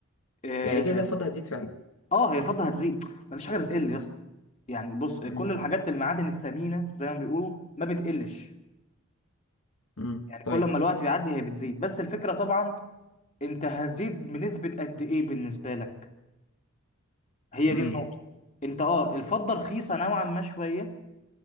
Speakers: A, on the left; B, on the left.
A: اه
B: يعني كده كده الفضه هتزيد فعلا
A: آه، هي الفضة هتزيد مفيش حاجة بتقل يا اسطى يعني بص كل
B: امم
A: الحاجات المعادن الثمينة زي ما بيقولوا ما بتقلش
B: امم
A: يعني كل
B: طيب
A: ما الوقت بيعدي هي بتزيد بس الفكرة طبعا انت هتزيد بنسبة قد ايه بالنسبة لك هي
B: امم
A: دي النقطة انت اه الفضة رخيصة نوعا ما شوية